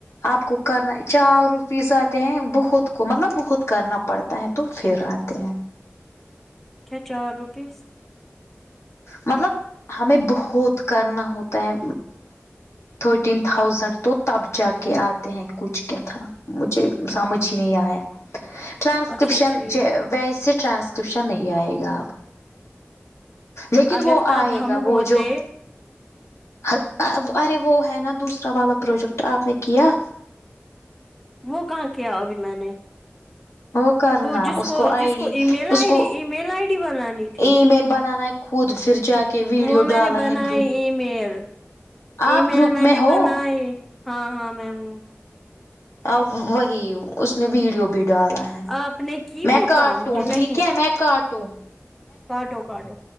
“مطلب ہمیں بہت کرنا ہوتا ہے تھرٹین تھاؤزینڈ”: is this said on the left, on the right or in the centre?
Left